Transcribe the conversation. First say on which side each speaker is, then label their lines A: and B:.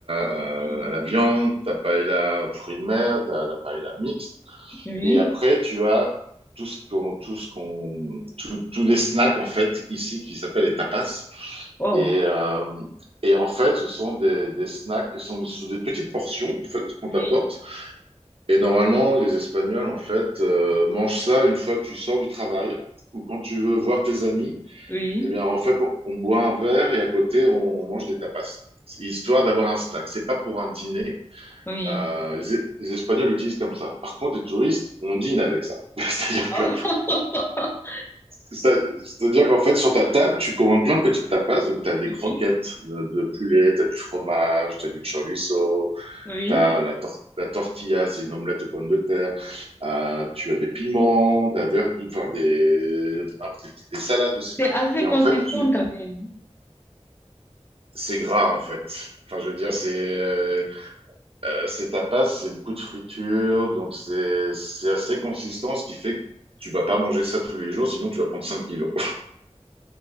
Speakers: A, on the right; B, on the left.
A: euh,
B: Oui.
A: à la viande, tu as paella aux fruits de mer, tu as la paella mixte.
B: Oui.
A: Et après, tu as tout ce qu'on, tout ce qu'on, tout- tous les snacks, en fait, ici, qui s'appellent les tapas.
B: Oh.
A: Et, euh, et en fait, ce sont des, des snacks qui sont sous des petites portions, en fait, qu'on
B: Oui.
A: t'apporte. Et normalement, les Espagnols, en fait, euh, mangent ça une fois que tu sors du travail ou quand tu veux voir tes amis.
B: Oui.
A: Eh bien, en fait, on, on boit un verre et à côté, on, on mange des tapas, histoire d'avoir un snack. C'est pas pour un dîner.
B: Oui.
A: Euh, les, les Espagnols utilisent comme ça. Par contre, les touristes, on dîne avec ça. <laughs> C'est-à-dire
B: Oh.
A: que
B: <laughs>
A: ça- C'est-à-dire qu'en fait, sur ta table, tu commandes plein de petites tapas. Donc, tu as des
B: Oui.
A: croquettes de, de poulet, tu as du fromage, tu as du chorizo,
B: Oui.
A: tu as la, tor- la tortilla, c'est une omelette aux pommes de terre. Euh, tu as des piments, de la verdure, enfin, des, un- des, des salades aussi.
B: C'est assez
A: Et en
B: consistant
A: fait, tu,
B: quand même.
A: c'est gras en fait. Enfin, je veux dire, c'est euh, euh, c'est tapas, c'est beaucoup de friture, donc c'est c'est assez consistant, ce qui fait que tu vas pas manger ça tous les jours, sinon tu vas prendre cinq kilos.